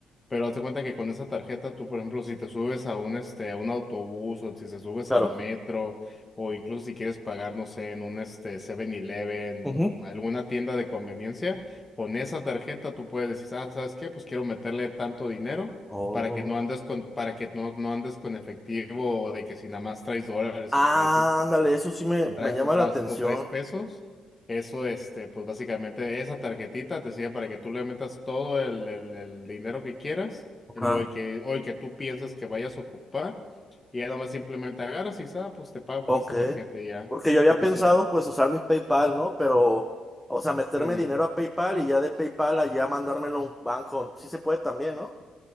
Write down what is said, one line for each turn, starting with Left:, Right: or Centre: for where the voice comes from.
Left: pero haz de cuenta que con esa tarjeta tú, por ejemplo, si te subes a un este a un autobús o si te subes
Centre: Claro.
Left: al metro o incluso si quieres pagar, no sé, en un este Seven eleven
Centre: Ujú.
Left: alguna tienda de conveniencia, con esa tarjeta tú puedes decir, ah, ¿sabes qué? Pues quiero meterle tanto dinero
Centre: Oh.
Left: para que no andes con, para que no, no andes con efectivo o de que si nada más traes dólares
Centre: Ándale,
Left: o traes este,
Centre: eso sí me,
Left: o, tra-
Centre: me llama
Left: o traes,
Centre: la atención.
Left: o traes pesos, eso este, pues básicamente esa tarjetita te sirve para que tú le metas todo el, el, el dinero que quieras, el,
Centre: Ajá,
Left: o el que, o el que tú piensas que vayas a ocupar, y ya nada más simplemente agarras y dices, ah, pues te pago
Centre: ok.
Left: con esta tarjeta y ya.
Centre: Porque yo había
Left: Entonces,
Centre: pensado pues usar mi PayPal, ¿no? Pero, o sea, meterme
Left: sí, no.
Centre: dinero a PayPal y ya de PayPal allá mandármelo a un banco. Sí se puede también, ¿no?